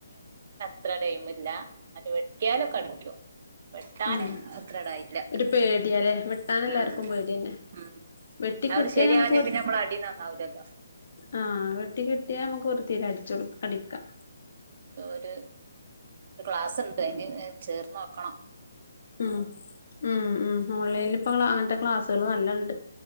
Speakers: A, on the right (about 45°); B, on the left (about 60°).
A: അത്ര ടൈമില്ല അത് വെട്ടിയാലോ അടിക്കും വെട്ടാൻ
B: ഉം
A: അത്രടായില്ല
B: ഒരു പേടിയാല്ലേ വെട്ടാൻ എല്ലാർക്കും
A: ആ
B: പേടിയന്നെ
A: ഉ
B: വെട്ടി
A: അവര്
B: കിട്ടിയാ
A: ശരിയാവഞ്ഞേ
B: നമുക്ക് വൃ
A: പിന്നെ നമ്മള അടിന്ന് നന്നാവലല്ലോ
B: ആഹ് വെട്ടി കിട്ടിയാൽ നമ്മക്ക് വ്രത്തിയിൽ അടിക്കാം അടിക്കാം
A: ദോര് ഗ്ലാസ് ഉണ്ട് അതിന് ചേർന്ന് നേക്കണം
B: ഉ ഉം ഉ ഓൺലൈനിൽ ഇപ്പോ നിങ്ങൾ അങ്ങനത്തെ ക്ലാസ്സുകൾ നല്ലുണ്ട്